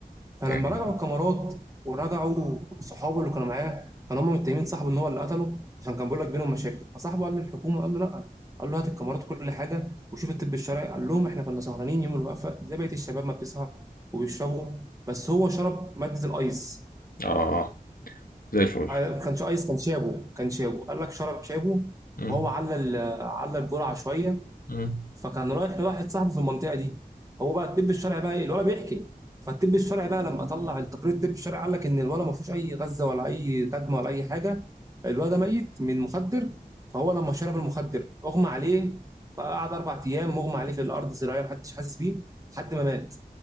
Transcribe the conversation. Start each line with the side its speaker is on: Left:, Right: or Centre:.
Right: فلما
Left: يعني
Right: رجعوا الكاميرات ورجعوا صحابه اللي كانوا معاه كانوا هم متهمين صاحبه ان هو اللي قتله عشان كان بيقول لك بينهم مشاكل فصاحبه قال للحكومه قال له لا قال له هات الكاميرات وكل حاجه وشوف الطب الشرعي قال لهم احنا كنا سهرانين يوم الوقفه زي بقيه الشباب ما بتسهر وبيشربوا بس هو شرب ماده الايس
Left: اه زي الفل
Right: ما كانش ايس كان شابو كان شابو قال لك شرب شابو
Left: مم.
Right: وهو على ال- على الجرعه شويه
Left: مم.
Right: فكان رايح لواحد صاحبه في المنطقه دي هو بقى الطب الشرعي بقى إيه؟ الولد بيحكي فالطب الشرعي بقى لما طلع التقرير الطب الشرعي قال لك ان الولد ما فيهوش اي غزه ولا اي كدمه ولا اي حاجه الولد ده ميت من مخدر فهو لما شرب المخدر اغمى عليه فقعد اربع ايام مغمى عليه في الارض زراعيه محدش حاسس بيه لحد ما مات